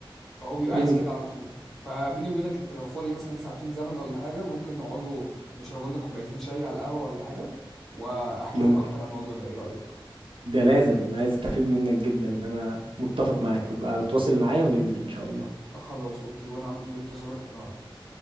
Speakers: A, in the centre; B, on the right.
A: فهو بيبقى
B: امم
A: عايز كده على طول فبيني وبينك انت لو فاضي مثلا ساعتين زمن ولا حاجه ممكن نقعدوا نشربوا لنا كوبايتين شاي على القهوه ولا حاجه واحكي
B: ممكن
A: لك اكتر عن الموضوع ده ايه رايك
B: ده لازم انا عايز استفيد منك جدا انا متفق معاك ابقى تواصل معايا وننزل ان شاء الله
A: آه، خلاص اوكي وانا عن- بنتظرك النهارده